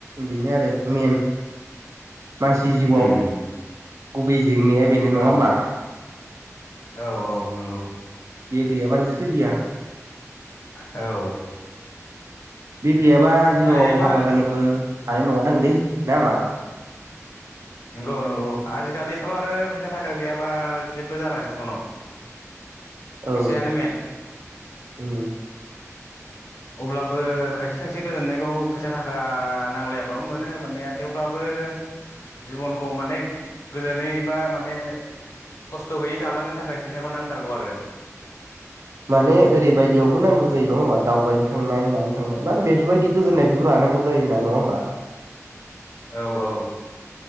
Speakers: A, on the right; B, on the left.
A: बेनो आरो मेन । मानसि जिउआव
B: उम
A: गुबै जेंनाया बेनो नङा
B: औ
A: होमबा
B: औ औ नंगौ
A: बे गैयाबानो सोलिया
B: औ
A: बे गैयाबा
B: ओमफ्राय
A: जिउआव
B: मा
A: हाबा जानोबो हानाय नङादांलै ना मा?
B: नंगौ नंगौ आजिखालिथ आरो फैसा थाखा गैयाबा जेबो जाला जिबनाव <unintelligible> फैसायानो
A: औ
B: मेन
A: उम
B: अब्लाबो खायसे खायसे गोजोननायखौ फैसा थाखा नांलायाबाबो मोनो मोननाया थेवब्लाबो जिबनखौ माने गोजोनै बा माने खस्थ गैयै जालांनो थाखाय फैसाखौ नांथारगौ आरो
A: माने ओरैबायदियावबो नांगौ जायो नङा होमबा दावबायनो थांनाय मानो थांनाय मा बेफोरबायदि गोजोननायखौबो ला- नांगौ जायो नङा होमबा
B: <unintelligible> औ औ